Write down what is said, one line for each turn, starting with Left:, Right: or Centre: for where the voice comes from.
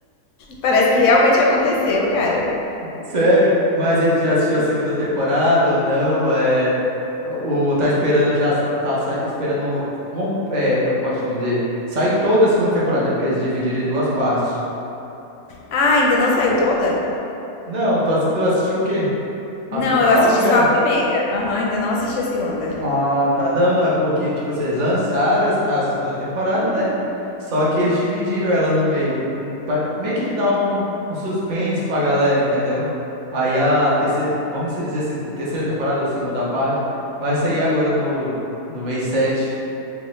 Left: parece que realmente aconteceu, cara.
Right: Sério? Mas aí tu já assistiu a segunda temporada ou não? É, ou tá esperando já, tá sa- esperando, com- é, como é que eu posso te dizer? Sair toda a segunda temporada, né? Porque eles dividiram em duas partes.
Left: Ah, ainda não saiu toda?
Right: Não, tu, assi- tu assistiu o quê? A
Left: Não,
Right: prim-
Left: eu
Right: só
Left: assisti
Right: a primeira?
Left: só a primeira. Aham, ainda não assisti a segunda.
Right: Ah, tá. Não, não, é porque, tipo, vocês lançaram a segunda temporada, né? Só que eles dividiram ela no meio, hum, pra meio que dar um, um suspense pra galera, entendeu? Aí a terceira, vamos se dizer assim, terceira temporada ou segunda parte, vai sair agora no, no mês 7.